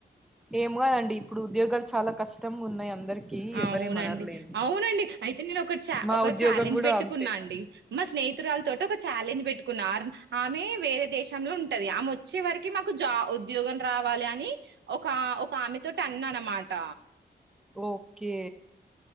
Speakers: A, in the centre; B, on the right.
A: ఏమో నండి ఇప్పుడు ఉద్యోగాలు చాలా కష్టం ఉన్నాయి అందరికి
B: అవునండి
A: ఎవరేమనరులేండి
B: అవునండి అయితే నేను ఒక చా
A: మా
B: ఒక
A: ఉద్యోగం
B: ఛాలెంజ్
A: కూడా
B: పెట్టుకున్నా
A: అంతే
B: అండి మా స్నేహి హితురాలు తోటి ఒక ఛాలెంజ్ పెట్టుకున్నా ఆమె వేరే దేశంలో ఉంటది ఆమె వచ్చే వరకి మాకు జా ఉద్యోగం రావ ఇవ్వాలి అని ఒక ఒక ఆమె తోటి అన్నా అనమాట
A: ఓకే